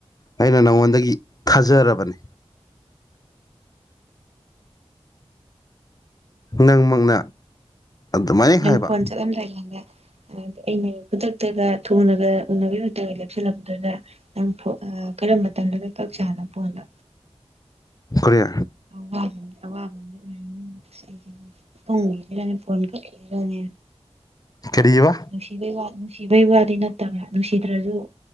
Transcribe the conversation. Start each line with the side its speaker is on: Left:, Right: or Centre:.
Left: ꯑꯩꯅ ꯅꯉꯣꯟꯗꯒꯤ ꯊꯥꯖꯔꯕꯅꯦ ꯅꯪꯃꯛꯅ ꯑꯗꯨꯃꯥꯏꯅ
Right: ꯅꯪ
Left: ꯍꯥꯏꯕ
Right: <unintelligible> ꯑꯩꯅ ꯈꯨꯗꯛꯇꯒ ꯊꯨꯅꯒ ꯎꯅꯕꯒꯤꯗ ꯂꯦꯞꯁꯤꯜꯂꯝꯛꯄꯗꯨꯗ ꯅꯪ ꯀꯔꯝꯕ ꯃꯇꯝꯗꯅ ꯀꯛ ꯆꯥꯅ ꯐꯣꯟꯗꯣ
Left: ꯀꯔꯤ
Right: ꯋꯥꯕ ꯑꯋꯥꯕ ꯑ ꯑꯣꯏꯔꯝꯅꯤ ꯑꯁ ꯇꯣꯡꯉꯦꯔꯅꯤ ꯐꯣꯟ ꯍꯔꯣꯅꯦ <unintelligible>
Left: ꯀꯔꯤꯑꯥꯕ
Right: ꯅꯨꯡꯁꯤꯕꯩ ꯋꯥ ꯅꯨꯡꯁꯤꯕꯩ ꯋꯥꯗꯤ ꯅꯠꯇꯕ꯭ꯔꯥ ꯅꯨꯡꯁꯤꯗ꯭ꯔꯁꯨ